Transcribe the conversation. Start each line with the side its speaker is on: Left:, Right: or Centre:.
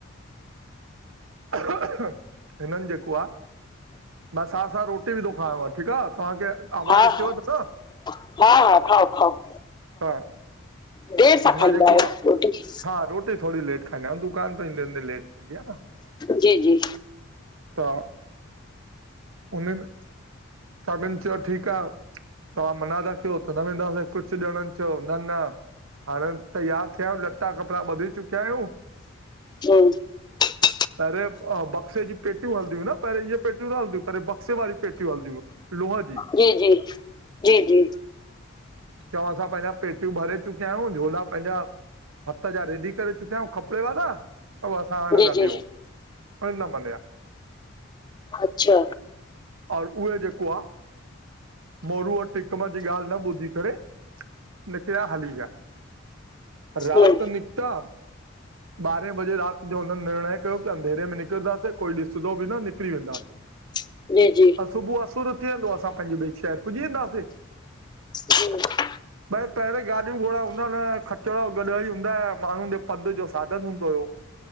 Right: खंंॻिण जी आवाज, हिननि जेको आह मां साथ-साथ रोटी बि थो खायांव ठीकु आह तव्हांखे आवाज़
Left: हा
Right: अचे
Left: हा
Right: व थो न?
Left: हा हा खाओ खाओ
Right: हा
Left: देर सां खाईंदा
Right: न जेको
Left: आहियो
Right: आ,
Left: रोटी जी
Right: हा रोटी थोङी लेटि खाईंदा अयूं दुकान तां ईंदे ईंदे लेट थींदी आ न।
Left: जी जी
Right: हा, उनिनि सभिनि चयो ठीकु आ, तवां मना था कयो त न वेंदासीं। कुझु ॼणनि चयो न न हाण त तैयार थिया अयूं, लट्टा कपिड़ा ॿधी चुकिया अयूं।
Left: <unintelligible>
Right: पेंहिरें अ बक्से जीे पेटियूं हलंदि यूं न पेंहिरें हिये पेटियूं न हलंदिं पेंहिरें बक्से वारी पेटियूं हलंदि हुयूं! लोय जी।
Left: जी जी जी जी
Right: चोऊ असां पेंजा पेट टियूं भरे चुकिया अयूं, झोला पेंजा हथु जा रेडी करे चुकिया अउ खपेव न? अउ असां आणे
Left: जी
Right: था
Left: जी
Right: डिउं? परु न मन्या
Left: अच्छा
Right: और उहे जेको आह! मोरू ऐ टिकमु जी ॻाल्हि न ॿुधी करे निकरिया हली विया,
Left: हम्म,
Right: राति निकतो ॿारहें बजे राति जो हुननि निर्णय कयो की! अंधेरे में निकिरंदासीं कोई ॾिसंदो बि न निकिरी वेंदासि
Left: जी जी
Right: सुबुह असुर थीयेंदो। असां पंहिंजे ॿिए शहर पुॼी वेंदासिं
Left: जी <unintelligible>
Right: भई पहिरीं गाॾियूं घोड़ा हूंदा न! खच्चर ऐं ॻॾहो ही हूंदा आ माण्हुनि जे पंधु जो साधनि हूंदो हुयो।